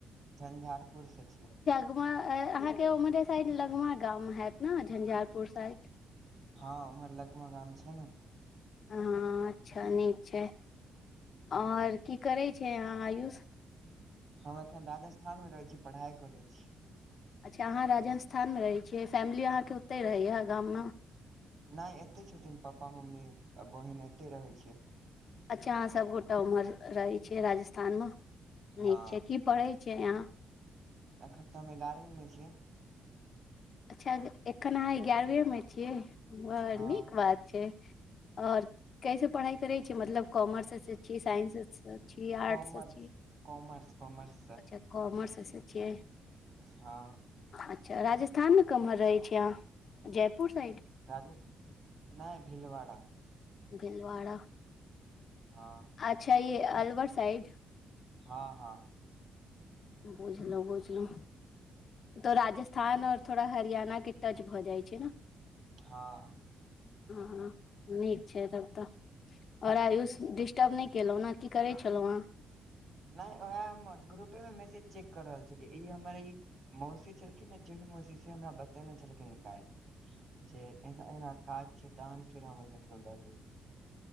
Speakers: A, on the right; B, on the left.
A: झंझारपुर स छियै
B: गमा अहाँके ओ मर साइड लगमा गाम हैत न झंझारपुर साइड
A: हँ उर लगमे गाम छय न
B: हँ अच्छा नीक छै ओर
A: हूँ
B: की करै छै अहाँ आयूष
A: हम एखन राजस्थान में रहैत छी पढ़ाइ करैत छी
B: अच्छा अहाँ राजस्थानमें रहै छियै फैमिली अहाँके ओतहि रहैएा गाममे
A: नय एते छथिन पापा मम्मी आ बहिन एते रहै छै
B: अच्छा अहाँ सबगोटा उम्हर रहै छियै राजस्थान में
A: हँ
B: नीक छै की पढ़ै छियै यहाँ
A: एखन तऽ हम एगारहवीं में छियै
B: अच्छा एखन अहाँ एगारहवी में छियै बड़
A: हँ
B: नीक बात छै और कैसे पढ़ाई करे छी मतलब कॉमर्स अचछा छियै साइंस आपआर्टस
A: कॉमर्स
B: साइड से छी
A: कॉमर्स कॉमर्स
B: की कोमर्स स छियै
A: हाँ
B: अच्छा राजस्थानमें कम्हर रहैत छै अहाँ जयपुर साइड
A: राजसथान नय भेलवड़ा
B: भेलवाड़ा
A: हँ
B: अच्छा ये अलवर साइड
A: हँ हँ
B: बुझलीयै बुझलीयै तो राजस्थान और थोड़ा हरियाणा के टच भऽ जाइ छै न
A: हँ।
B: हँ निक छै तब तऽ और आयुष दिस्सुर्ब नहि केलहूँ ने की करे छलहुन हे
A: नहि ओएह हम ग्रुपे मे मैसेज चेक कर रहल छलियै ई हमर मौसी छलखिन न जे मौसी हमरा बतेने छलखिन काल जे एना एना काज छै तन फेर हम जड़ ल